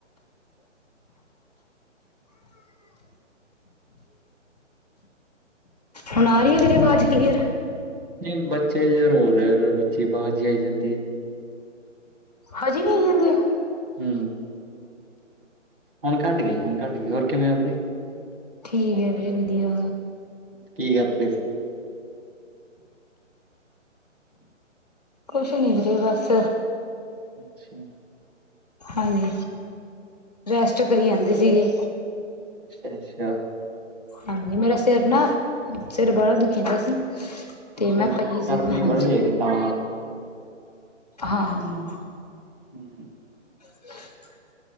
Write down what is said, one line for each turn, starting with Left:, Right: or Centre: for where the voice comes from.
Left: ਹੁਣ ਆ ਰਹੀ ਹੈ ਮੇਰੀ ਆਵਾਜ਼ ਕਲੀਅਰ?
Right: ਜੀ, ਬੱਚੇ ਰੋ ਰਏ ਆ ਵਿੱਚੇ ਅਵਾਜ਼ ਜੀ ਆਈ ਜਾਂਦੀ ਐ।
Left: ਹਜ ਵੀ ਆਈ ਜਾਂਦੀ ਆ।
Right: ਹੂੰ। ਹੁਣ ਘਟ ਗਈ ਹੁਣ ਘੱਟ ਗਈ। ਹੋਰ ਕਿਵੇਂ ਓ ਵੀਰੇ?
Left: ਠੀਕੇ ਵੀਰੇ ਵਧੀਆ।
Right: ਕੀ ਕਰਦੇ?
Left: ਕੁਛ ਨੀ ਵੀਰੇ ਬਸ
Right: ਅੱਛਾ।
Left: ਹਾਂਜੀ ਰੈਸਟ ਕਰੀ ਜਾਂਦੇ ਸੀਗੇ।
Right: ਅੱਛਾ-ਅੱਛਾ
Left: ਹਾਂਜੀ ਮੇਰਾ ਸਿਰ ਨਾ ਸਿਰ ਵਾਲਾ ਦੁਖੀ ਆਂਦਾ ਸੀ। ਤੇ
Right: ਅੱਛਾ
Left: ਮੈਂ
Right: ਅੱਛਾ
Left: ਪਈ
Right: ਗਰਮੀ
Left: ਸੀਗੀ ਹਾਂਜੀ
Right: ਵਾਲੀ ਹੈਗੀ ਤਾਂ।
Left: ਹਾਂ ਹਾਂ ਹਾਂ
Right: ਹੂੰ।
Left: <inaudible>